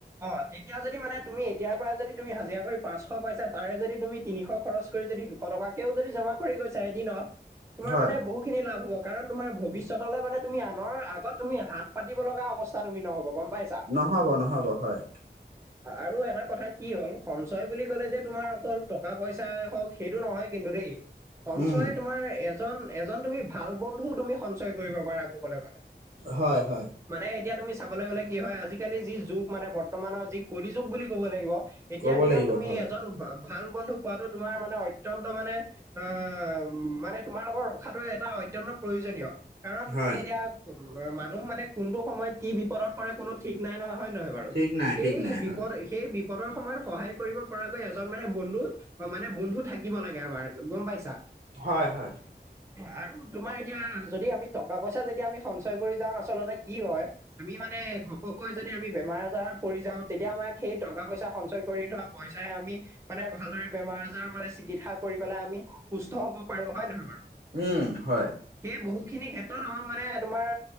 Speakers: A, on the right; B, on the right.
A: অ, তেতিয়া যদি মানে তুমি এতিয়াৰ পৰাই যদি তুমি হাজিৰা কৰি পাঁচশ পাইছা। তাৰে যদি তুমি, তিনিশ খৰচ কৰি যদি দুশ টকাকেও যদি জমা কৰি গৈছা এদিনত তোমাৰ
B: হয়
A: মানে বহু খিনি লাভ হ'ব। কাৰণ তোমাৰ ভৱিষ্যতলে মানে তুমি আনৰ আগত তুমি হাত পাতিব লগা অৱস্থা তুমি নহ'ব গম পাইছ
B: নহ'ব নহ'ব হয়।
A: আৰু এটা কথা কি হ'ল, সঞ্চয় বুলি ক'লে যে তোমাৰ অকল টকা পইচাই হওক, সেইটো নহয় কিন্তু দেই। সঞ্চয়
B: উম
A: তোমাৰ এজন এজন তুমি ভাল বন্ধুও তুমি সঞ্চয় কৰিব পাৰা কবলৈ গলে।
B: হয় হয়।
A: মানে এতিয়া তুমি চাবলে গলে কি হয়, আজিকালি যি যুগ মানে বৰ্তমানৰ যি কলি যুগ বুলি ক'ব লাগিব। এতিয়া
B: ক'ব
A: দিনত
B: লাগিব
A: তুমি
B: হয়
A: এজন, ভাল বন্ধু পোৱাটো তোমাৰ মানে অত্যন্ত মানে অ মানে, তোমাৰ লগত ৰখাটো এটা অত্যন্ত প্ৰয়োজনীয়, কাৰণ
B: হয়
A: তুমি এতিয়া মানুহ মানে কোনটো সময়ত কি বিপদত পৰে কোনো ঠিক নাই নহয়। হয় নহয় বাৰু?
B: ঠিক নাই
A: সেই
B: ঠিক নাই
A: বিপদ
B: হয়
A: সেই বিপদৰ সময়ত সহায় কৰিব পৰাকৈ এজন মানে বন্ধু মানে বন্ধু থাকিব লাগে আমাৰ গম পাইছা।
B: হয় হয়।
A: আৰু তোমাৰ এতিয়া যদি আমি টকা পইচা যেতিয়া আমি সঞ্চয় কৰি যাওঁ আচলতে কি হয়, আমি মানে ঘপকৈ যদি আমি বেমাৰ আজাৰত পৰি যাওঁ, তেতিয়া আমাক সেই টকা-পইচা সঞ্চয় কৰি থ পইচাই আমি মানে ভালদৰে বেমাৰ-আজাৰ মানে চিকিৎসা কৰি পেলাই আমি সুস্থ হ'ব পাৰো, হয় নহয় বাৰু?
B: উম, হয়।
A: সেই বহুখিনি ক্ষেত্ৰত আমাক মানে তোমাৰ